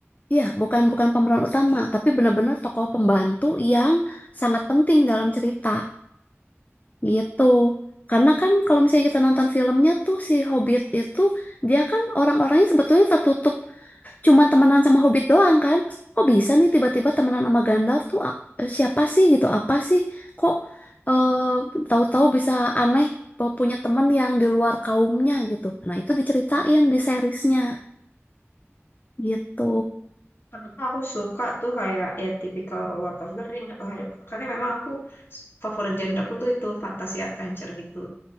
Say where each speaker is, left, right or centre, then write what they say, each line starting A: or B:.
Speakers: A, on the left (about 35°); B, on the left (about 50°).
A: Iya, bukan bukan pemeran utama, tapi benar-benar tokoh pembantu yang sangat penting dalam cerita. Gitu. Karena kan kalau misalnya kita nonton filmnya tuh si Hobbit itu dia kan orang-orangnya sebetulnya tertutup cuman temenan sama Hobbit doang kan. Kok bisa nih tiba-tiba temenan sama Gandalf tuh a- siapa sih gitu? Apa sih? Kok eh, tahu-tahu bisa aneh pe- punya temen yang di luar kaumnya gitu. Nah, itu diceritain
B: ya.
A: di seriesnya gitu.
B: Kenapa aku suka tuh kayak ya tipikal Lord of the Ring atau Harry Potter karena memang aku s- favorit genreku tuh itu fantasy adventure gitu.